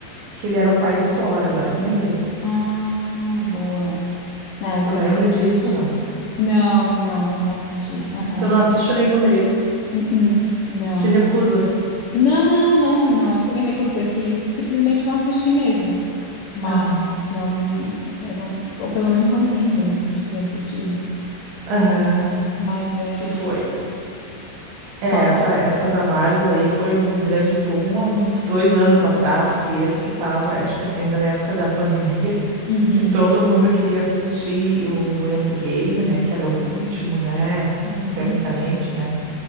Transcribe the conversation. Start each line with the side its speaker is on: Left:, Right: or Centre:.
Right: que ele era o pai do Thor, agora que eu lembrei.
Left: Ah, boa. Não, essa
Right: Tu lembra
Left: daí eu
Right: disso
Left: não assisti.
Right: ou não?
Left: Não, não, eu não assisti. Ah,
Right: Tu não
Left: ah.
Right: assiste nenhum deles?
Left: Uh-uh, Não.
Right: Te recusa?
Left: Não, não, não, não é que eu me recusei, é que simplesmente não assisti mesmo. Mas
Right: Aham.
Left: não, eu não, ou pelo menos não lembro, assim, de ter assistido.
Right: Aham.
Left: Mas é.
Right: Que foi. É,
Left: Qual?
Right: essa, essa da Marvel aí foi um grande boom há uns dois anos atrás, três, que tava, acho que ainda na época da pandemia.
Left: Uhum,
Right: que todo mundo queria assistir o Endgame, né? Que era o último, né?
Left: uhum.
Right: Tecnicamente, né?